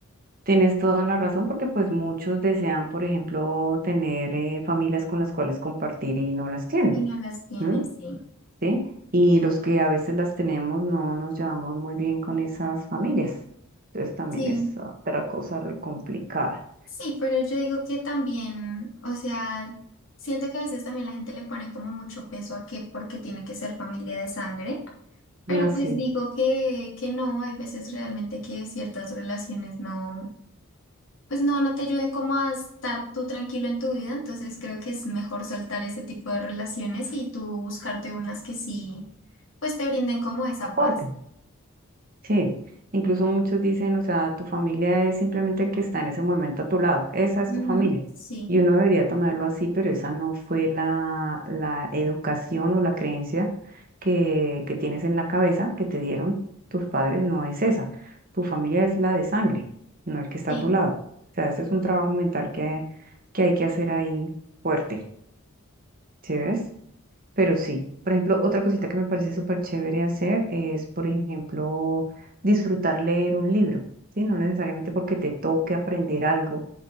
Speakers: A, on the right; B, on the left.
A: tienes toda la razón porque pues muchos desean, por ejemplo, tener eh, familias con las cuales compartir y no las tienen,
B: y no las tienes,
A: ¿m?
B: sí.
A: ¿sí? Y los que a veces las tenemos no nos llevamos muy bien con esas familias. Entonces también
B: Sí,
A: es otra cosa re complicada.
B: sí, pero yo digo que también, o sea, siento que a veces también la gente le pone como mucho peso a que porque tiene que ser familia de sangre, pero
A: Así,
B: pues digo que, que no, hay veces realmente que ciertas relaciones no. pues no, no te ayuden como a estar tú tranquilo en tu vida, entonces creo que es mejor soltar ese tipo de relaciones y tú buscarte unas que sí, pues te brinden como esa
A: aporte.
B: paz.
A: Sí, incluso muchos dicen, o sea, tu familia es simplemente el que está en ese momento a tu lado, esa es
B: Ujú,
A: tu familia.
B: sí,
A: Y uno debería tomarlo así, pero esa no fue la, la educación o la creencia que, que tienes en la cabeza que te dieron tus padres, no es esa. Tu familia es la de sangre, no el que está
B: sí,
A: a tu lado. O sea, ese es un trabajo mental que, que hay que hacer ahí fuerte, ¿sí ves? Pero sí, por ejemplo, otra cosita que me parece súper chévere hacer es, por ejemplo, disfrutar leer un libro, ¿sí? No necesariamente porque te toque aprender algo,